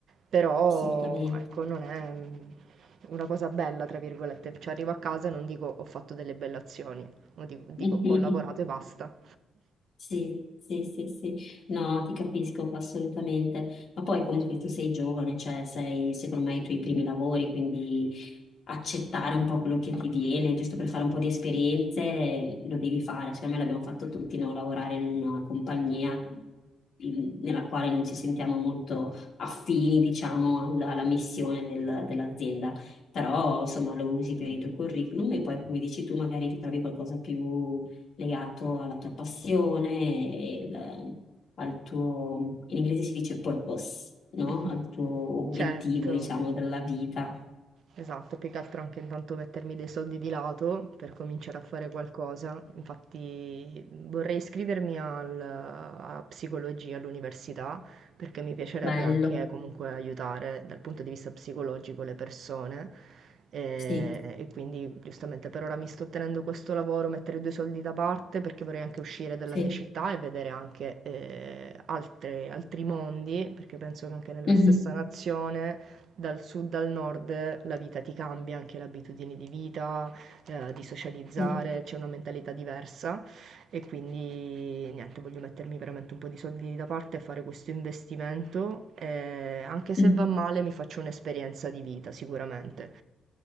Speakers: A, on the right; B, on the left.
A: però
B: assolutamente.
A: ecco, non è mm, una cosa bella, tra virgolette. Cioè arrivo a casa e non dico ho fatto delle belle azioni, o dico dico,
B: <laughs> Mhm.
A: ho lavorato e basta.
B: Sì, sì, sì, sì. No, ti capisco assolutamente. Ma poi comunque tu sei giovane, cioè sei secondo me i tuoi primi lavori, quindi accettare un po' quello che ti viene, giusto per fare un po' di esperienze, lo devi fare. Secondo me l'abbiamo fatto tutti, no? Lavorare in una compagnia in- nella quale non ci sentiamo molto affini, diciamo, alla, alla missione del- dell'azienda. Però, insomma, lo usi per il tuo curriculum e poi, come dici tu, magari ti trovi qualcosa più legato alla tua passione, e il- al tuo, in inglese si dice purpose, no?
A: <laughs>
B: Al tuo obiettivo,
A: Certo.
B: diciamo, della vita.
A: Esatto, più che altro anche intanto mettermi dei soldi di lato per cominciare a fare qualcosa. Infatti vorrei iscrivermi al- a psicologia all'università perché mi piacerebbe
B: Bello,
A: anche comunque aiutare dal punto di vista psicologico le persone e,
B: sì,
A: e quindi giustamente per ora mi sto tenendo questo lavoro, mettere due soldi da parte perché vorrei anche uscire dalla
B: sì,
A: mia città e vedere anche eh, altre- altri mondi perché penso che anche nella
B: mhm,
A: stessa nazione dal sud al nord la vita ti cambia, anche le abitudini di vita, eh, di socializzare,
B: sì,
A: c'è una mentalità diversa e quindi niente, voglio mettermi veramente un po' di soldi da parte e fare questo investimento. e anche se
B: mhm,
A: va male, mi faccio un'esperienza di vita sicuramente.